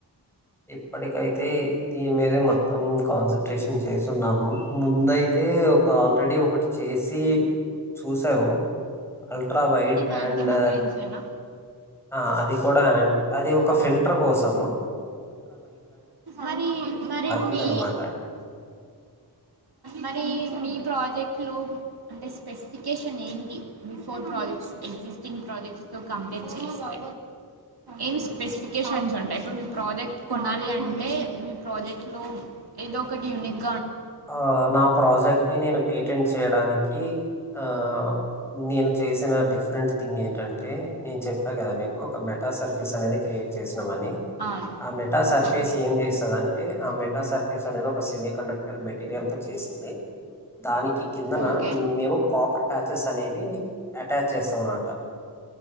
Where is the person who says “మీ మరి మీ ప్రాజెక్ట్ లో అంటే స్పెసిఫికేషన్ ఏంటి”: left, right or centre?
Right